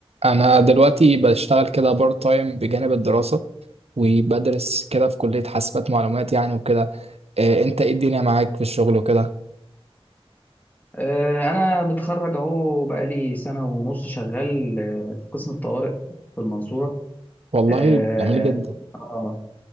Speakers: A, on the right; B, on the left.
A: انا دلوقتي بشتغل كده بارت تايم بجانب الدراسة وبدرس كده في كلية حاسبات معلومات يعني وكده إيه انت ايه الدنيا معاك في الشغل وكده
B: آه، انا متخرج اهو بقالي سنه ونص شغال آه، في قسم الطوارئ في المنصوره
A: والله
B: اه
A: جميل تمام جدا
B: آه.